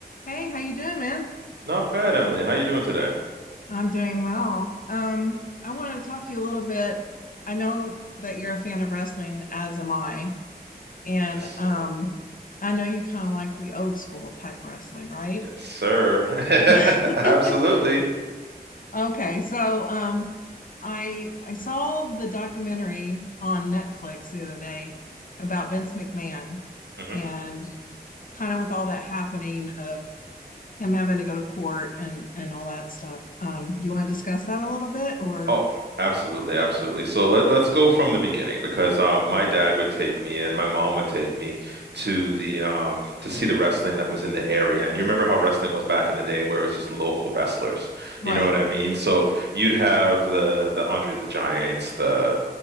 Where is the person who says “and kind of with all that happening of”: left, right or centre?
Left